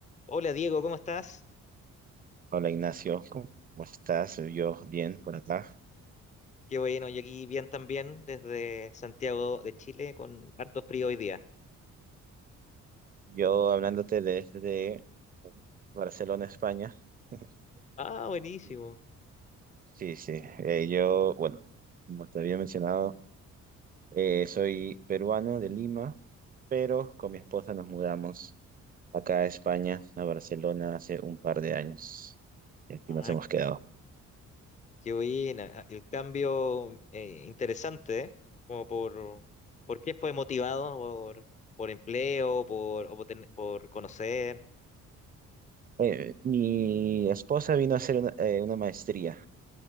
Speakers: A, on the left (about 25°); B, on the right (about 30°).
A: Hola Diego, ¿cómo estás?
B: Hola Ignacio, ¿cómo estás? Eh, Yo bien por acá.
A: Qué bueno, yo aquí bien también desde Santiago de Chile con harto frío hoy día.
B: Yo hablándote desde Barcelona, España. <laughs>
A: Ah, buenísimo.
B: Y- Sí, sí. eh, yo, bueno, como te había mencionado, eh, soy peruano de Lima, pero con mi esposa nos mudamos acá a España, a Barcelona, hace un par de años. Y aquí
A: Ah,
B: nos hemos quedado.
A: qué buena. Ah, El cambio eh, interesante, ¿eh? Como por, ¿por qué fue motivado? ¿Por, por empleo? ¿Por, o por, ten- por conocer?
B: Eh, mi esposa vino a hacer una, eh, una maestría.